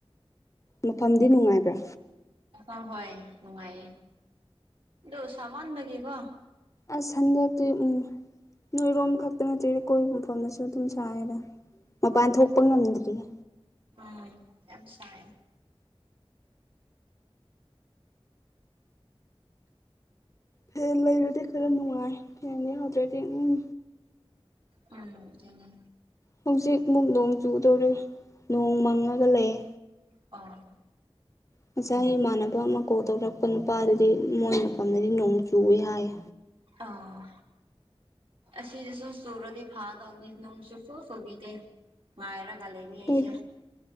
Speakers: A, on the left; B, on the right.
A: ꯃꯐꯝꯗꯤ ꯅꯨꯡꯉꯥꯏꯕ꯭ꯔꯥ
B: ꯑ ꯍꯣꯏ ꯅꯨꯡꯉꯥꯏꯌꯦ ꯑꯗꯨ ꯁꯥꯃꯟꯕꯒꯤꯀꯣ
A: ꯑꯁ ꯍꯟꯗꯛꯇꯤ ꯎꯝ ꯅꯣꯏꯔꯣꯝ ꯈꯛꯇ ꯅꯠꯇ꯭ꯔꯤ ꯀꯣꯏꯕ ꯃꯐꯝꯗꯁꯨ ꯑꯗꯨꯝ ꯆꯔꯦꯗ ꯃꯄꯥꯟ ꯊꯣꯛꯄ ꯉꯝꯗ꯭ꯔꯤꯌꯦ
B: ꯎꯝ ꯌꯥꯝ ꯁꯥꯏ
A: ꯐꯦꯟ ꯂꯩꯔꯗꯤ ꯈꯔ ꯅꯨꯡꯉꯥꯏ ꯐꯦꯟ ꯌꯥꯎꯗ꯭ꯔꯗꯤ ꯎꯝ
B: ꯎꯝ ꯑꯗꯨꯅꯦ
A: ꯍꯧꯖꯤꯛ ꯃꯨꯛ ꯅꯣꯡ ꯆꯨꯒꯗꯧꯔꯤ ꯅꯣꯡ ꯃꯪꯉꯒ ꯂꯩꯌꯦ
B: ꯑ
A: ꯉꯁꯥꯏ ꯏꯃꯥꯟꯅꯕ ꯑꯃ ꯀꯣꯜ ꯇꯧꯔꯛꯄ ꯅꯨꯄꯥꯗꯨꯗꯤ ꯃꯣꯏ ꯃꯐꯝꯗꯗꯤ ꯅꯣꯡ ꯆꯨꯏ ꯍꯥꯏꯌꯦ
B: ꯑꯥ ꯑꯁꯤꯗꯁꯨ ꯆꯨꯔꯗꯤ ꯐꯥꯗꯧꯕꯅꯤ ꯅꯣꯡ ꯁꯨꯆꯨ ꯆꯨꯕꯤꯗꯦ ꯉꯥꯢꯔꯒ ꯂꯩꯅꯤ
A: ꯈꯣꯏ
B: ꯑꯩꯁꯦ